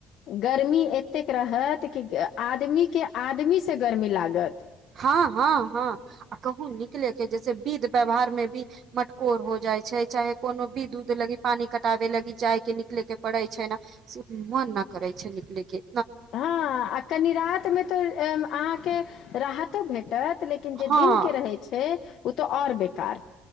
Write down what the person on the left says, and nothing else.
गर्मी एतेक रहत कि आदमीके आदमी से गर्मी लागत
हँ आ कनि रतिमे तऽ अहाँके राहत त भेट भएटत लेकिन जे
दिन के रहै छै ओ तऽ आऔर बेकार